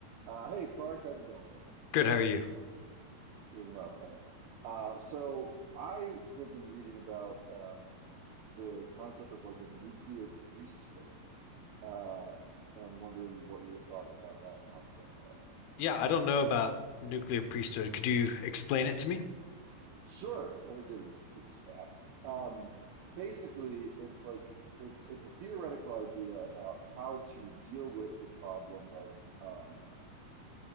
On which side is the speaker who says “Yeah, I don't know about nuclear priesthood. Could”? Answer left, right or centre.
Left